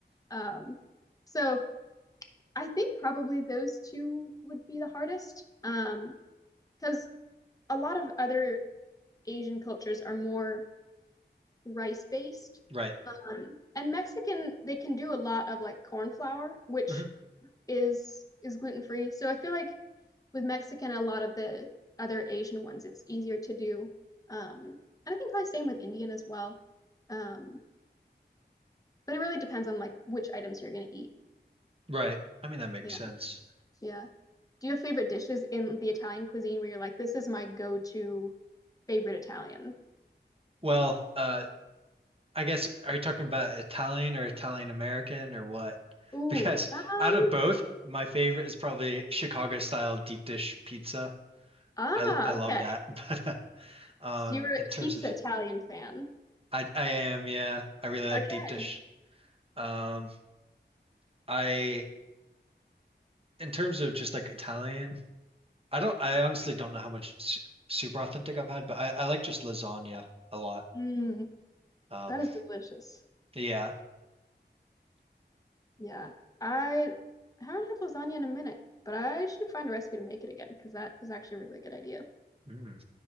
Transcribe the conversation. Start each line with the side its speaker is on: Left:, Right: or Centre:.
Left: Um, so I think probably those two would be the hardest. Um, because a lot of other Asian cultures are more rice based.
Right: Right.
Left: Um, and Mexican, they can do a lot of like corn flour, which
Right: hmm
Left: is is gluten free. So I feel like with Mexican, a lot of the other Asian ones, it's easier to do. Um, and I think probably same with Indian as well. Um, but it really depends on like which items you're gonna eat.
Right: Right. I mean that makes
Left: Yeah,
Right: sense.
Left: yeah. Do you have favorite dishes in the Italian cuisine where you're like, this is my go-to favorite Italian?
Right: Well, uh I guess, are you talking about Italian or Italian American or what? <laughs>
Left: Ooh,
Right: Because
Left: um,
Right: out of both, my favorite is probably Chicago style deep dish pizza.
Left: ah,
Right: I I love
Left: okay.
Right: that. <laughs> But uh, um,
Left: So you're a
Right: in terms
Left: pizza
Right: of,
Left: Italian fan.
Right: I I am yeah, I really like
Left: Okay.
Right: deep dish. Um, I in terms of just like Italian, I don't I honestly don't know how much su super authentic I've had, but I I like just lasagna a lot.
Left: Mm,
Right: Um,
Left: that is delicious.
Right: yeah.
Left: Yeah. I haven't had lasagna in a minute, but I should find a recipe to make it again because that is actually a really good idea.
Right: Mm.